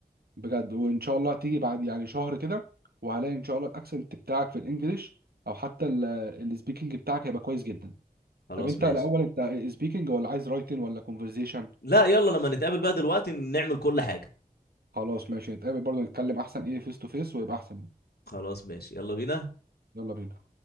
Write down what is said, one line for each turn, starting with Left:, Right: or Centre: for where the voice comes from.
Right: بجد وان شاء الله تيجي بعد يعني شهر كده وهلاقي ان شاء الله الاكسنت بتاعك في الانجليش او حتى السبيكنج بتاعك هيبقى كويس جدا
Left: خلاص
Right: طب انت
Left: ماشي
Right: الاول انت سبيكنج ولا عايز رايتنج ولا كونفرزيشن
Left: لا يلا لما نتقابل بقى دلوقتي نعمل كل حاجة
Right: خلاص ماشي نتقابل برضه نتكلم احسن ايه فيس تو فيس ويبقى احسن يعني.
Left: خلاص ماشي يلا بينا
Right: يلا بينا